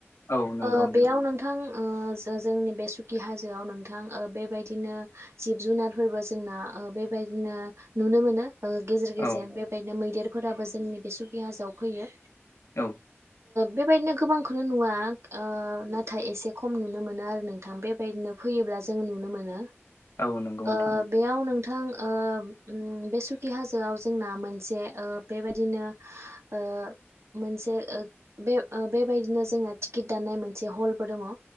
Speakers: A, on the left; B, on the right.
A: औ नंगौ
B: ओ बेयाव नोंथां ओ जो-जोंनि बे सुखि हाजोआव ओ नोंथां बेबायदिनो जिब जुनारफोरबो जोंना ओ बे बायदिनो नुनो मोनो गेजेर गेजेर
A: औ
B: बेबायदिनो मैदेर फोराबो जोंनि बे सुखि हाजोआव फैयो
A: औ
B: बेबायदिनो गोबांखौनो नुवा ओ नाथाय एसे खम नुनो मोनो आरो नोंथां बेबायदिनो फैयोब्ला जों नुनो मोनो
A: औ नंगौ नोंथां
B: ओ बेयाव नोंथां ओ उम बे सुखि हाजोआव जोंना मोनसे ओ बेबायदिनो ओ मोनसे ओ बे ओ बेबायदिनो जोङो टिकेट दाननाय मोनसे हलबो दङ।